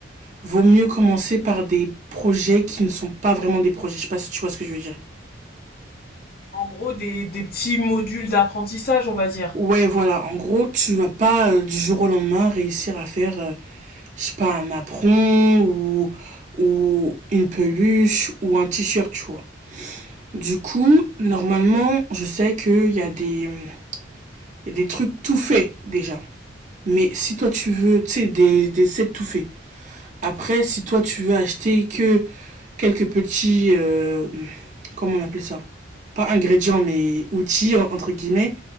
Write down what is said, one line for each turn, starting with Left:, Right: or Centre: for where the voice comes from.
Right: vaut mieux commencer par des projets qui ne sont pas vraiment des projets. Je sais pas si tu vois ce que je veux dire.
Left: En gros, des, des petits modules d'apprentissage, on va dire.
Right: Ouais, voilà. En gros, tu vas pas euh, du jour au lendemain réussir à faire, euh, je sais pas, un apron ou, ou une peluche ou un t-shirt, tu vois. Du coup, normalement, je sais qu'il y a des, il y a des trucs tout faits déjà. Mais si toi tu veux, tu sais, des, des sets tout faits. Après, si toi tu veux acheter que quelques petits, euh, comment on appelle ça Pas ingrédients, mais outils, entre guillemets,